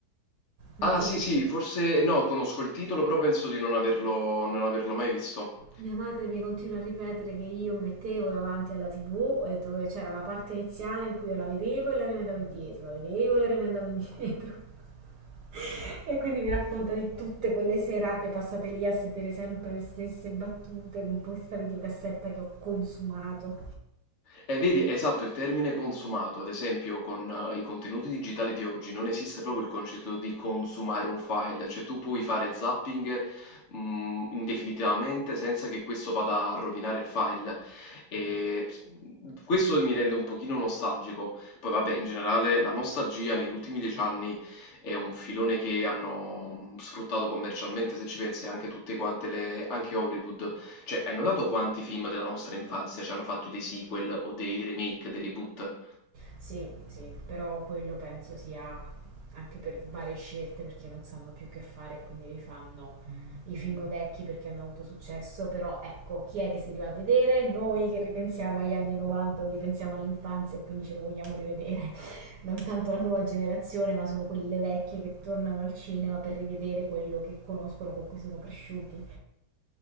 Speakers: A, on the right; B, on the left.
A: Non
B: Ah,
A: so
B: sì,
A: se...
B: sì, forse no, conosco il titolo, però penso di non averlo, non averlo mai visto.
A: Mia madre mi continua a ripetere che io mi mettevo davanti alla TV e dove c'era la parte iniziale in cui io la vedevo e la rimandavo indietro, la vedevo e la rimandavo indietro. <laughs> E quindi mi racconta di tutte quelle serate passate lì a sentire sempre le stesse battute con questa videocassetta che ho consumato.
B: Eh, vedi, esatto, il termine consumato, ad esempio, con eh, i contenuti digitali di oggi non esiste proprio il concetto di consumare un file, cioè tu puoi fare zapping, mh, indefinitivamente senza che questo vada a rovinare il file. E s- questo mi rende un pochino nostalgico. Poi, vabbè, in generale la nostalgia negli ultimi dieci anni è un filone che hanno sfruttato commercialmente, se ci pensi anche tutte quante le, anche Hollywood cioè, hai notato quanti film della nostra infanzia ci hanno fatto dei sequel o dei remake, dei reboot?
A: Sì, sì, però quello penso sia anche per varie scelte perché non sanno più che fare e quindi rifanno i film vecchi perché hanno avuto successo, però ecco, chi è che si li va a vedere? Noi che ripensiamo agli anni 90 o ripensiamo all'infanzia e quindi ce lo vogliamo rivedere, <laughs> non tanto la nuova generazione, ma sono quelle vecchie che tornano al cinema per rivedere quello che conoscono, con cui sono cresciuti,